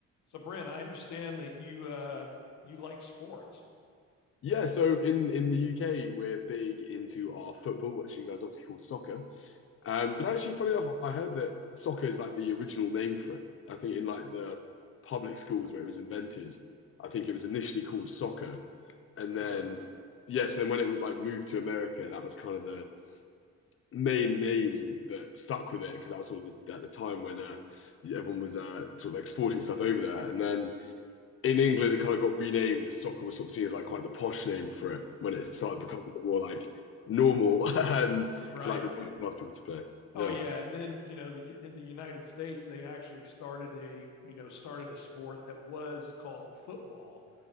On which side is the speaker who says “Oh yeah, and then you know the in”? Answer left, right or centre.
Left